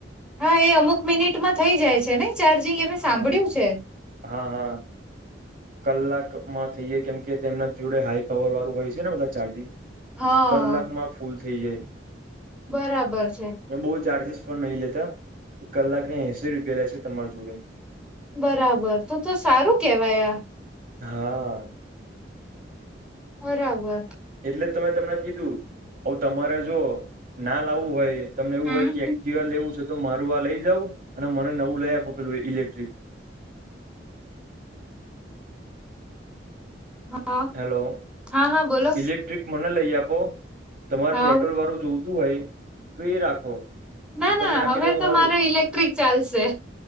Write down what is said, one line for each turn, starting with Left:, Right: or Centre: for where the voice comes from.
Centre: હા એ અમુક મિનિટમાં થઈ જાય છે ને ચાર્જિંગ એ મેં
Right: હા-હા-હા.
Centre: સાંભળ્યું છે
Right: કલાકમાં થ્યયે કેમ કે તેમના જોડે હાઈ પાવર વાળું હોય છે ને બધા ચાર્જિંગ
Centre: હા
Right: કલાકમાં ફૂલ થઇ જાય.
Centre: બરાબર છે.
Right: અને બહુ ચાર્જિસ પણ નય લેતા કલાકને એસી રૂપિયા લેશે તમાર જોડે.
Centre: બરાબર તો-તો સારું કેવાય આ.
Right: હા.
Centre: બરાબર.
Right: એટલે જ તો તમને કીધું ઓવ તમારે જો ના લાવું હોય તમને એવું
Centre: હમ
Right: હોય કે એકટીવા લેવું છે તો મારું આ લઈ જઉું, અને મને નવું લેય આપો પેલું ઇલેક્ટ્રિક. <inaudible>
Centre: હા
Right: હેલો
Centre: હા હા બોલો
Right: ઇલેક્ટ્રિક મન લઈ આપો તમાર
Centre: હા
Right: પેટ્રોલ વાળું જોવતું હોય તો એ રાખો.
Centre: ના-ના
Right: હું તમને આપી
Centre: હવે
Right: દઉં
Centre: તો
Right: મારું
Centre: મારે ઇલેક્ટ્રિક ચાલશે.